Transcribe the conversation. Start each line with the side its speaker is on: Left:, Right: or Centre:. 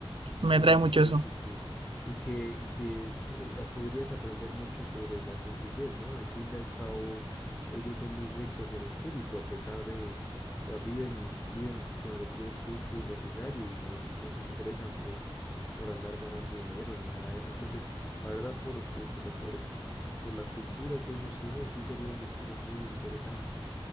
Right: Me
Left: Sí,
Right: atrae mucho
Left: sí,
Right: eso.
Left: sí, sí. Y que, y que eh, podrías aprender mucho sobre la sencillez, ¿no? Al fin y al cabo, ellos son muy ricos en espíritu, a pesar de, o sea, viven, viven con lo que es justo y necesario y no, no se estresan por, por andar ganando dinero ni nada de eso. Entonces, la verdad, por, por, como por, en- por la cultura que ellos tienen, sí sería un destino muy interesante.